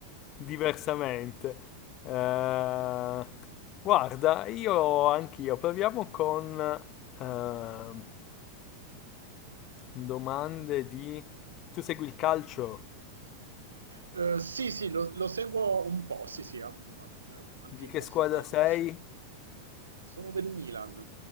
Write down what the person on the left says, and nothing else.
diversamente. Eh,
guarda, io anch'io proviamo con ehm, Domande di... Tu segui il calcio?
Di
che
squadra sei?